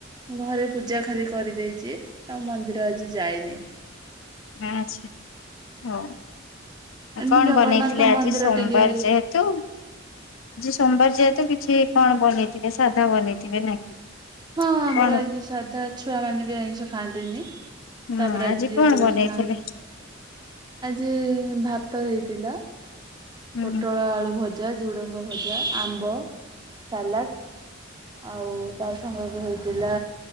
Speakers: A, on the right; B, on the left.
A: ଘରେ ପୂଜା ଖାଲି କରିଦେଇଛି ଆଉ ମନ୍ଦିର ଆଜି ଯାଇନି।
B: ଆଛା ହଉ। ଆଉ
A: ଏମତି
B: କଣ
A: ଜଗନ୍ନାଥ
B: ବନେଇଥିଲେ ଆଜି
A: ମନ୍ଦିର
B: ସୋମବାର
A: ଟିକେ
B: ଯେହେତୁ ସୋମବାର ଯେହେ ତୁ କିଛି କଣ ବନେଇଥିବେ ସାଧା ବନେଇଥିବେ ନା କି?
A: ହଁ ଆମର
B: କଣ
A: ଆଜି ସାଧା ଛୁଆ ମାନେ ବି ଆଇଁଷ ଖାଆନ୍ତିନି। ତା
B: ହୁଁ
A: ପରେ ଆଜି ଯେହେତୁ
B: କଣ ବନେଇଥିଲେ
A: ସ୍ନାନ ଆଜି ଭାତ ହେଇଥିଲା।
B: ହୁଁ।
A: ପୋଟଳ ଆଳୁ ଭଜା, ଝୁଡଙ୍ଗ ଭଜା, ଆମ୍ବ ସାଲାଡ ଆଉ ତା ସାଙ୍ଗ କୁ ହେଇ ପିଲା